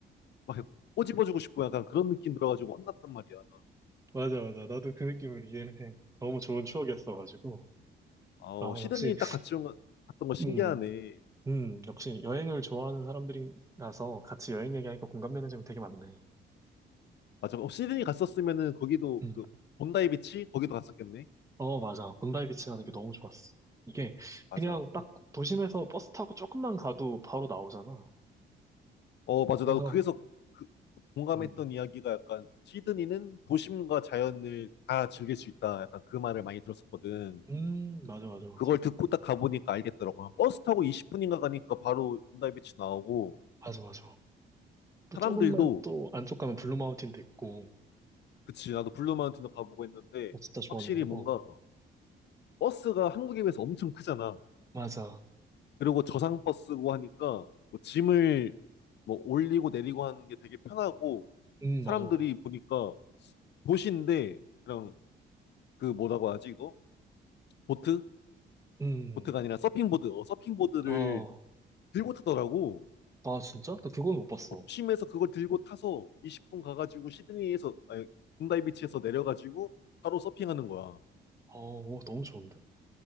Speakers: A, on the left; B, on the right.
A: 막 이렇게 꼬집어주고 싶고 약간 그런 느낌 들어가지고 혼났단 말이야.
B: 맞아, 맞아. 나도 그 느낌을 이해를 해. 너무 좋은 추억이었어가지고.
A: 아, 어,
B: 아,
A: 시드니
B: 역시,
A: 딱 같이 온 거- 갔던 거 신기하네.
B: 음, 음, 역시 여행을 좋아하는 사람들이라서 같이 여행 얘기하니까 공감되는 점이 되게 많네.
A: 맞아. 어, 시드니 갔었으면은 거기도
B: 음,
A: 그 본다이 비치 거기도 갔었겠네.
B: 어, 맞아. 본다이 비치 가는 게 너무 좋았어. 이게
A: 맞아.
B: 그냥 딱 도심에서 버스 타고 조금만 가도 바로 나오잖아.
A: 어, 맞아.
B: 그래서,
A: 나도 그래서 그 공감했던
B: 음,
A: 이야기가 약간 시드니는 도심과 자연을 다 즐길 수 있다. 약간 그 말을 많이 들었었거든.
B: 음, 맞아, 맞아, 맞아.
A: 그걸 듣고 딱 가보니까 알겠더라고. 버스 타고 20분인가 가니까 바로 본다이 비치 나오고
B: 맞아, 맞아. 또
A: 사람들도
B: 조금만 또 안쪽 가면 블루 마운틴도 있고,
A: 그치. 나도 블루 마운틴도 가보고 했는데
B: 어, 진짜 좋았는데,
A: 확실히 뭔가
B: 어,
A: 버스가 한국에 비해서 엄청 크잖아.
B: 맞아.
A: 그리고 저상버 쓰고 하니까 뭐 짐을 뭐 올리고 내리고 하는 게 되게 편하고
B: 음,
A: 사람들이
B: 맞아.
A: 보니까 도시인데 그냥 그 뭐라고 하지 이거? 보트?
B: 음,
A: 보트가 아니라 서핑보드. 어, 서핑보드를
B: 아
A: 들고 타더라고.
B: 아, 진짜? 나 그건 못 봤어.
A: 도심에서 그걸 들고 타서 20분 가가지고 시드니에서 아니, 군다이 비치에서 내려가지고 바로 서핑하는 거야.
B: 아, 오, 너무 좋은데?